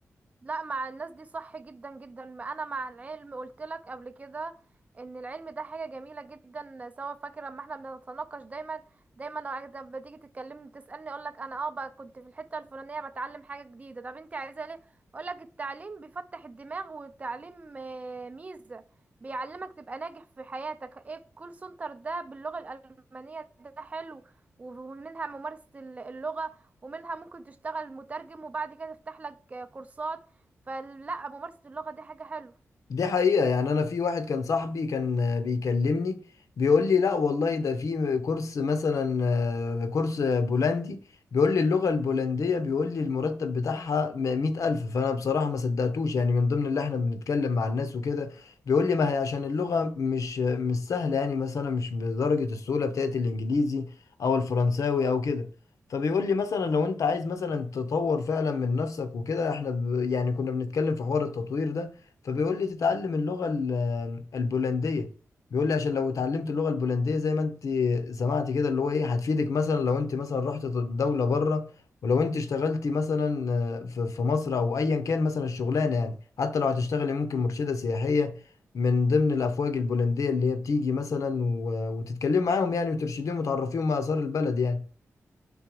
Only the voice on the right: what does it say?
لا مع الناس دي صح جدا جدا ما انا مع العلم قلت لك قبل كده ان العلم ده حاجه جميله جدا سواء فاكر لما احنا بنتناقش دايما دايما أنا لما تيجي تتكلمني تسالني اقول لك انا اه بقى كنت في الحته الفلانيه بتعلم حاجه جديده طب انت عايزه ليه اقول لك التعليم بيفتح الدماغ والتعليم آه، ميزه بيعلمك تبقى ناجح في حياتك ايه الكول سنتر ده باللغه الالمانيه ده حلو ومنها ممارسه اللغه ومنها ممكن تشتغل مترجم وبعد كده تفتح لك كورسات فلا ممارسة اللغة دي حاجة حلوة